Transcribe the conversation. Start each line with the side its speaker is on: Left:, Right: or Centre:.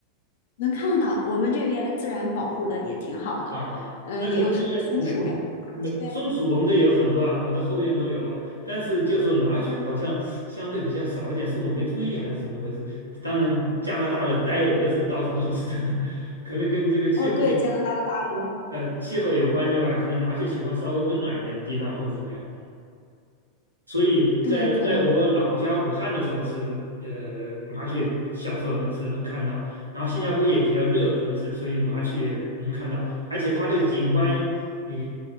Left: 能看得到？我们这边自然保护的也挺好的，
Right: 啊，
Left: 呃，
Right: 那可能是因为美
Left: 也有什么松鼠呀、麻雀呀，
Right: 美松鼠，我们这也有很多啊，
Left: 很多。
Right: 我的后院都有啊。但是就是麻雀好像相对比较少一点，是我没注意还是怎么回事？当然，加拿大的呆鹅是到处都是，<laughs> 可能跟这个气候
Left: 哦，对，加拿大的大鹅。
Right: 呃气候有关系吧。可能麻雀喜欢稍微温暖一点的地方或者怎么样。所以在在我老家武汉的时候是呃麻雀，
Left: 对，可能。
Right: 小时候呢是能看到，然后新加坡也比较热，可能是所以麻雀能看到，而且它那个景观也